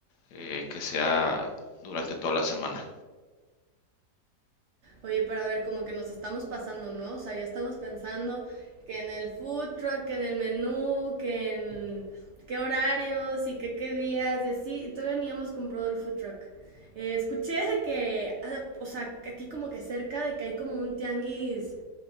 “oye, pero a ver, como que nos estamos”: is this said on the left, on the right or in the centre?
Right